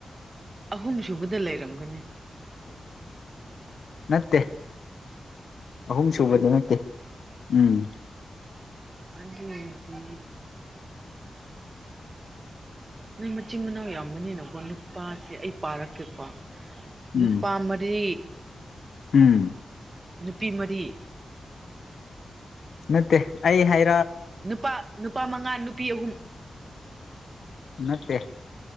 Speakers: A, on the right; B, on the left.
A: ꯑꯍꯨꯝ ꯁꯨꯕꯗ ꯂꯩꯔꯝꯒꯅꯤ꯫
B: ꯅꯠꯇꯦ ꯑꯍꯨꯝ ꯁꯨꯕꯗ ꯅꯠꯇꯦ ꯎꯝ
A: ꯑꯣꯏꯗꯤ ꯅꯣꯏ ꯃꯆꯤꯟ ꯃꯅꯥꯎ ꯌꯥꯝꯕꯅꯤꯅꯀꯣ ꯅꯨꯄꯥꯁꯦ ꯑꯩ ꯄꯥꯔꯛꯀꯦꯀꯣ ꯅꯨꯄꯥ
B: ꯎꯝ
A: ꯃꯔꯤ
B: ꯎꯝ
A: ꯅꯨꯄꯤ ꯃꯔꯤ
B: ꯅꯠꯇꯦ ꯑꯩ ꯍꯥꯏ
A: ꯅꯨꯄꯥ ꯅꯨꯄꯥ ꯃꯉꯥ ꯅꯨ ꯄꯤ ꯑꯍꯨꯝ
B: ꯅꯠꯇ‌ꯦ